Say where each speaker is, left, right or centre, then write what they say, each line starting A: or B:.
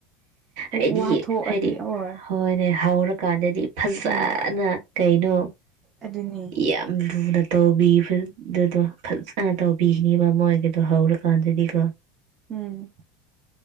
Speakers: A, on the right (about 25°); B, on the right (about 60°).
A: <unintelligible>
B: ꯍꯥꯏꯗꯤ
A: ꯋꯥꯊꯣꯛꯑꯗꯤ
B: ꯍꯥꯏꯗꯤ
A: ꯍꯣꯏ
B: ꯍꯣꯏꯅꯦ ꯍꯧꯔꯀꯥꯟꯗꯗꯤ ꯐꯖꯥꯅ
A: ꯎꯝ
B: ꯀꯩꯅꯣ
A: ꯑꯗꯨꯅꯤ
B: ꯌꯥꯝ ꯂꯨꯅ ꯇꯧꯕꯤꯕꯗꯨꯗꯣ ꯐꯖꯅ ꯇꯧꯕꯤꯒꯅꯤꯕ ꯃꯣꯏꯒꯤꯗꯣ ꯍꯧꯔꯀꯥꯟꯗꯗꯤꯀꯣ
A: ꯎꯝ